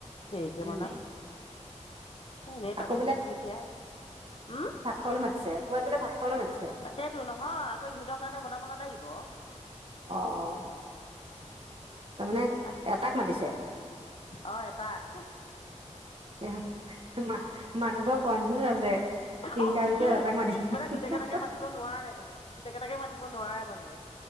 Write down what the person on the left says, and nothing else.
দেৰিকে
বনাম এনেই
বাগৰি আছো এতিয়া উম'।
তাকেইতো নহয় আকৌ ইহঁতৰ কাৰণে বনাব নালাগিব।
তাক
অ' এটাক।
খমজুই
মানে গোটেই কেইটাকে মাতিব নোৱাৰে মানে গোটেইকেইটাকে মাতিব নোৱাৰে মানে